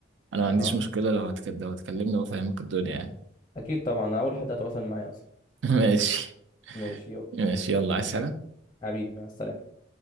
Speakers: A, on the right (about 85°); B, on the left (about 25°).
A: أنا ما عنديش
B: اه
A: مشكلة لو هتكلم لو هتكلمني وأفهمك الدنيا يعني
B: اكيد طبعا أنا اول حد هتواصل معايا اصلا
A: <laughs> ماشي
B: ماشي يلا
A: ماشي يلا عايز حاجة
B: حبيبي مع السلامه